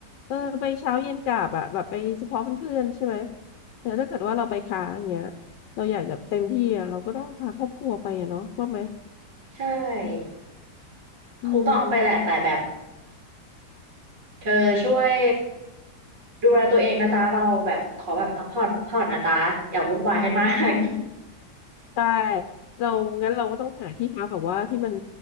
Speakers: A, on the left (about 80°); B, on the right (about 85°).
A: เออไปเช้าเย็นกลับอะแบบไปเฉพาะเพื่อนๆใช่ไหมแต่ถ้าเกิดว่าเราไปค้างอย่างเงี้ยเราอยากจะเต็มที่อะเราก็ต้องพาครอบครัวไปอะเนาะว่าไหม
B: <laughs> ใช่
A: อืม
B: คงต้องเอาไปแหละแต่แบบเธอช่วย ดูแลตัวเองนะจ๊ะเราแบบขอแบบพักผ่อนพักผ่อนนะจ๊ะอย่าวุ่นวายให้มาก
A: ได้เรางั้นเราก็ต้องหาที่พักแบบว่าที่มัน